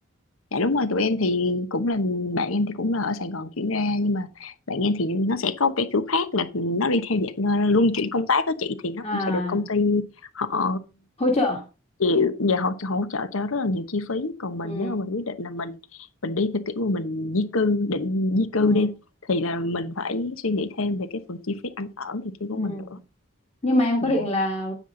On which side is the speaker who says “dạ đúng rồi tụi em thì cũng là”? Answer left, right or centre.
Left